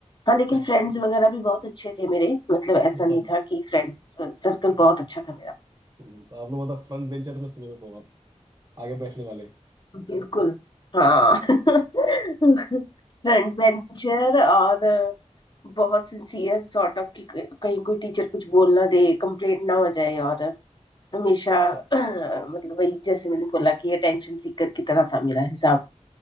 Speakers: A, on the left (about 40°); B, on the right (about 35°).
A: हाँ लेकिन
B: अच्छा
A: फ्रेंड्स वगैरह भी बहुत अच्छे थे मेरे मतलब ऐसा
B: मतलब
A: नहीं था कि फ्रेंड्स सर्कल बहुत अच्छा था मेरा
B: हम्म, तो आप लोग मतलब फ्रंट बेंचर तो मैं समझ रहा हूँ आप आगे बैठने वाले
A: बिल्कुल हाँ <laughs> फ्रंट बेंचर और अ, बहुत सिंसियर सॉर्ट ऑफ कि कहीं कोई टीचर कुछ बोल ना दे कंप्लेंट ना हो जाए और हमेशा
B: अच्छा
A: <clears throat> मतलब वही जैसे मैंने बोला कि अटेंशन सीकर की तरह था मेरा हिसाब